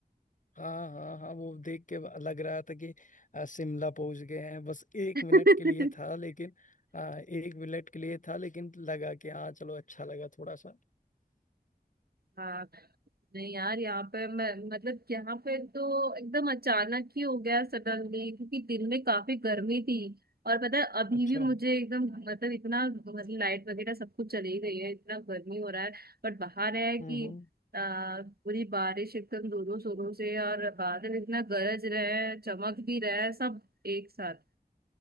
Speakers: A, on the left (about 50°); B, on the right (about 70°).
A: हाँ हाँ हाँ वो देख के लग रहा था कि आ, शिमला पहुंच गए हैं बस एक मिनट
B: <laughs>
A: के लिए था लेकिन आ, एक मिनट के लिए था लेकिन लगा कि हाँ चलो अच्छा लगा थोड़ा सा
B: हाँ नहीं यार यहाँ पे मैं मतलब यहाँ पे तो एकदम अचानक ही हो गया सडनली क्योंकि दिन में काफी गर्मी थी और पता है अभी
A: अच्छा
B: भी मुझे एकदम मतलब इतना मतलब लाइट वगैरह सब कुछ चली गई है इतना गर्मी हो रहा है बट बाहर है कि
A: हम्म हम्म।
B: आ, पूरी बारिश एकदम जोरों शोरों से और बादल इतना गरज रहे हैं चमक भी रहे हैं सब एक साथ